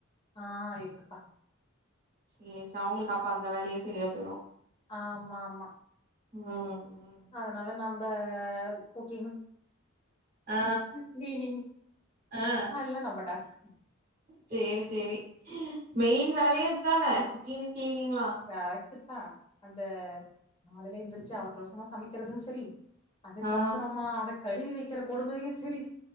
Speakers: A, on the left (about 25°); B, on the right (about 45°).
A: ஆ இருக்குப்பா
B: சே சே அவுங்களுக்கு அப்ப அந்த வேலையே சரியா போய்ரு
A: ஆமாம்மா
B: ம் ம்
A: அதனால நம்ப குக்கிங்
B: ஆ
A: கீளீனிங்
B: ஆ
A: அதல்லா நம்ம டாஸ்க்
B: சேரி சேரி மெயின் வேலயே இத்தான குக்கிங் கிளீனிங்ளா
A: கரெக்ட்டு தா அந்த நாளில எந்திரிச்சு அவசர அவசரமா சமைக்றது செரி அதுக்கப்பறமா
B: ஆ
A: அத கழுவி வெக்கிற கொடுமையு செரி